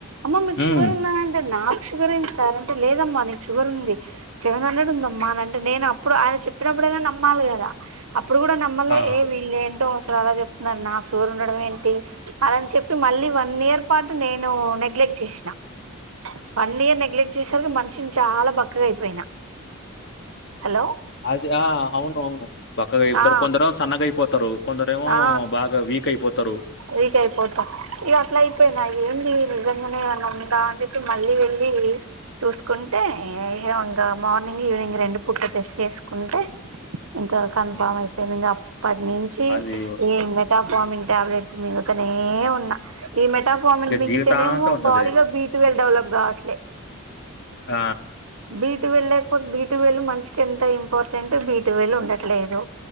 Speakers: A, on the right; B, on the left.
A: అమ్మ మీకు
B: హ్మ్.
A: షుగర్ ఉందా అంటే నాక్ షుగర్ ఎంది సార్ అంటే లేదమ్మ నీకు షుగర్ ఉంది సెవెన్ హండ్రెడ్ ఉందమ్మా అని అంటే నే అప్పుడు ఆయన చెప్పినప్పుడు అయినా నమ్మ మలేల అ ఇప్పుడు గుడ నమ్మల్లే
B: ఆ!
A: ఏ వీళ్ళు ఏంటో అసలు అలా చెప్తున్నారు నాకు షుగర్ ఉండడం ఏంటి అలాని చెప్పి మళ్ళీ వన్ ఇయర్ పాటు నేను నెగ్లెక్ట్ చేసిన వన్ ఇయర్ నెగ్లెక్ట్ చేసరికి మనిషిని చాలా బక్కగై పోయినా హలో.
B: అ ఆ అవును అవును బక్కగా అయిపోతారు
A: ఆ
B: కొందరు ఏమో సన్నగా అయిపోతారు కొందరేమో
A: ఆ
B: బాగా వీక్ అయిపోతారు.
A: వీక్ అయిపోతా ఇక అట్లా అయిపోయినా ఏంది నిజంగానే ఏమన్నా ఉందా అని చెప్పి మళ్ళీ వెళ్ళి చూసుకుంటే ఇంగ మార్నింగ్ ఈవినింగ్ రెండు పూట్ల టెస్ట్ చేసుకుంటే ఇంకా కన్ఫామ్
B: ఆ!
A: అయిపోయింది ఇంకా అప్పటి నుంచి
B: అది
A: ఈ మెట మార్నింగ్ టాబ్లెట్స్ మింగ్తనే ఉన్నా ఈ మెటాఫార్మన్
B: ఇక
A: మింగితేనేమో
B: జీవితాంతం ఉంటది.
A: బాడీలో బీట్వల్ డెవలప్ కావట్లే
B: ఆ!
A: బీ ట్వెల్వ్ లేకపోతే బీ ట్వెల్వ్ మషకి ఎంత ఇంపార్టెంట్ బీ బీ ట్వెల్వ్ ఉండట్లేదు